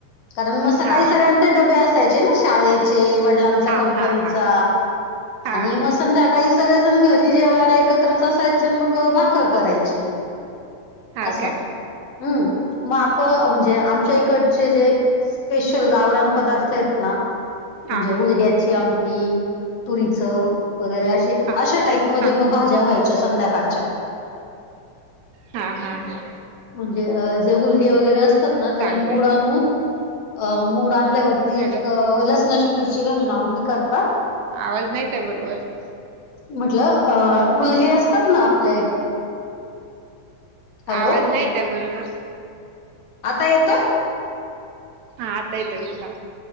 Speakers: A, on the left; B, on the right.
A: कारण मग सकाळी
B: हा
A: सगळ्यांचे डब्बे असायचे ना... शाळेचे, वडिलांचा
B: हा
A: कंपनीचा
B: हा हा हा
A: आणि
B: हा
A: मग संध्या काळी सगळेजण घरी जेवायला एकत्रच असायचे... मग भाकर करायची.
B: हा
A: असं...
B: का
A: हम्मं... मापं म्हणजे आमच्या इकडचे जे... स्पेशल गांवरान पदार्थ आहेत ना...
B: हा
A: म्हणजे
B: हा
A: हूलग्या ची आमटी... तुरीचं वगैरे असे...
B: हा
A: अशा टाईपमध्ये...
B: हा
A: म... भाज्या व्हायच्या संध्याकाळच्या
B: हां हां हां.
A: म्हणजे जे हूलगे वगैरे असतात ना... त्यांला
B: चांगलंय
A: मोड आणून अ... मोड आणल्यावरती...
B: हॅलो
A: एक लसणांची मिर्ची घालून आमटी करतात
B: आवाज नाई येतए बरोबर
A: म्हटलं... अ... हूलगे असतात ना आपले हॅलो
B: आवाज नाई येतए बरोबर
A: आता येतोय?
B: हां... आता येतोय... बोला